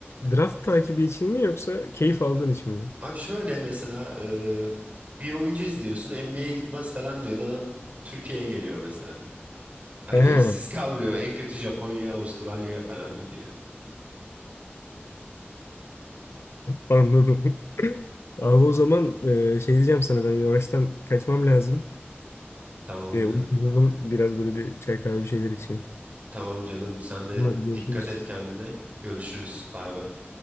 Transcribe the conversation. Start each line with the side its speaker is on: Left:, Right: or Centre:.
Left: Draft takibi için mi yoksa keyif aldığın için mi?
Right: Abi şöyle mesela e, bir oyuncu izliyorsun NBA'ye gitmez falan diyor. Adam Türkiye'ye geliyor mesela. Hani
Left: He,
Right: işsiz
Left: <laughs>
Right: kalmıyor. En kötü Japonya'ya, Avustralya'ya falan gidiyor.
Left: anladım. Abi o zaman e, şey diyeceğim sana ben yavaştan kaçmam lazım.
Right: Tamam
Left: E,
Right: canım.
Left: uykuyorum. biraz böyle bir çay kahve bir şeyler içeyim.
Right: Tamam canım. Sen de
Left: Hadi görüşürüz.
Right: dikkat et kendine. Görüşürüz. Bay bay.